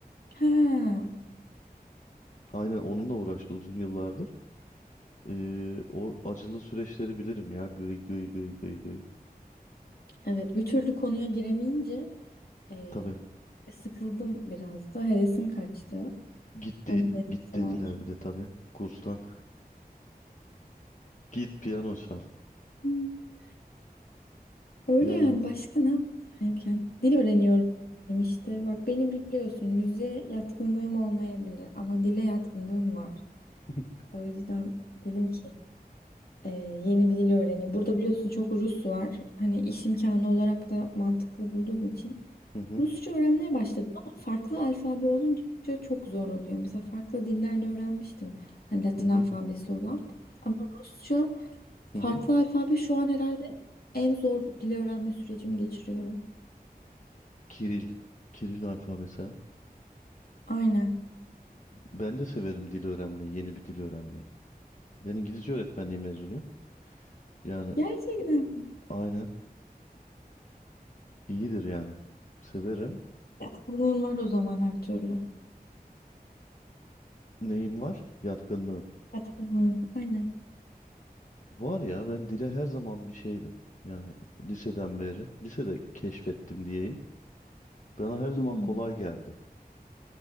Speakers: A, on the left; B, on the left.
A: Ha.
B: Aynen onunla uğraştı uzun yıllardır. Ee, o acılı süreçleri bilirim ya. Gıy gıy gıy gıy gıy.
A: Evet bir türlü konuya giremeyince e,
B: Tabii.
A: sıkıldım biraz da hevesim kaçtı.
B: Git, de-
A: Onun da etkisi
B: git dediler
A: var.
B: bir de tabii. Kurstan. Git piyano çal.
A: <laughs> Öyle
B: Yani
A: yani
B: o.
A: başka ne yapayım? Dil öğreniyorum işte. Bak beni biliyorsun müziğe yatkınlığım olmayabilir ama dile yatkınlığım var.
B: <laughs>
A: O yüzden dedim ki e, yeni bir dil öğreneyim. Burada biliyorsun çok Rus var. Hani iş imkanı olarak da mantıklı bulduğum için
B: Hı hı
A: Rusça öğrenmeye başladım ama farklı alfabe olunca çok zor oluyor. Mesela farklı dillerde öğrenmiştim. Hani Latin
B: hı hı
A: alfabesi olan. Ama Rusça farklı
B: hı. hı.
A: alfabe şu an herhalde en zor dil öğrenme sürecimi geçiriyorum.
B: Kiril. Kiril alfabesi. ha.
A: Aynen.
B: Ben de severim dil öğrenmeyi, yeni bir dil öğrenmeyi. Ben İngilizce öğretmenliği mezunuyum. Yani
A: Gerçekten mi?
B: aynen iyidir yani. Severim.
A: Yatkınlığın var o zaman her türlü.
B: Neyim var? Yatkınlığım.
A: Yatkınlığın. Aynen.
B: Var ya ben dile her zaman bir şeydim. Yani liseden beri. Lisede keşfettim diyeyim. Bana her zaman
A: Hmm.
B: kolay geldi.